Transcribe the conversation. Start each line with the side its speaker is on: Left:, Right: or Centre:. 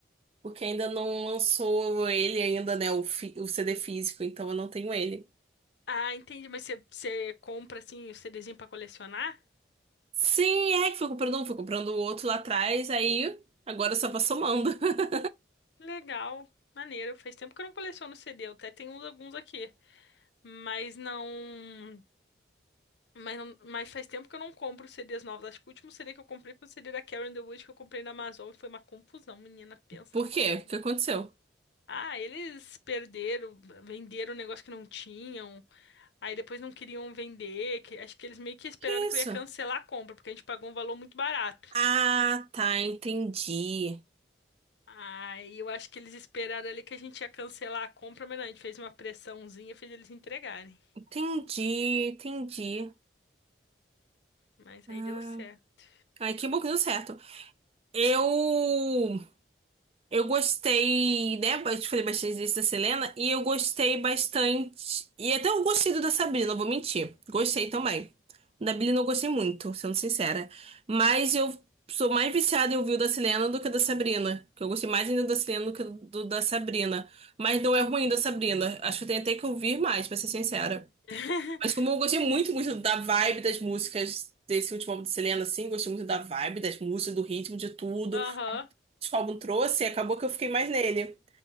Right: Porque ainda não lançou ele ainda, né? O, fi- o CD físico, então eu não tenho ele.
Left: Ah, entendi. Mas você, você compra, assim, o CDzinho pra colecionar?
Right: Sim, é que fui comprando um, fui comprando o outro lá atrás, aí agora só vou somando. <laughs>
Left: Legal, maneiro. Faz tempo que eu não coleciono CD. Eu até tenho uns- alguns aqui. Mas não. Mas, não- mas faz tempo que eu não compro CDs novos. Acho que o último CD que eu comprei foi o CD da Karen The que eu comprei na Amazon e foi uma confusão. Menina, pensa
Right: Por
Left: numa
Right: quê?
Left: confusão.
Right: O que aconteceu?
Left: Ah, eles perderam, venderam um negócio que não tinham. Aí depois não queriam vender. que- acho que eles meio que esperaram
Right: Que
Left: que
Right: isso?
Left: eu ia cancelar a compra, porque a gente pagou um valor muito barato.
Right: Ah, tá, entendi.
Left: Aí eu acho que eles esperaram ali que a gente ia cancelar a compra, mas não, a gente fez uma pressãozinha, fez eles entregarem.
Right: Entendi, entendi.
Left: Mas
Right: Ah,
Left: aí deu certo.
Right: ai, que bom que deu certo. Eu eu gostei, né? Eu te falei bastante disso da Selena e eu gostei bastante. E até eu gostei do da Sabrina, não vou mentir. Gostei também. O da Billie não gostei muito, sendo sincera. Mas eu sou mais viciada em ouvir o da Selena do que o da Sabrina. Que eu gostei mais ainda do da Selena do que do da Sabrina. Mas não
Left: Entendi,
Right: é ruim da Sabrina.
Left: sim.
Right: Acho que eu tenho até que ouvir mais, pra ser sincera.
Left: <laughs>
Right: Mas como eu gostei muito, muito da vibe das músicas desse último álbum de Selena, assim, gostei muito da vibe das músicas, do ritmo, de tudo
Left: Aham.
Right: que o álbum trouxe, acabou que eu fiquei mais nele.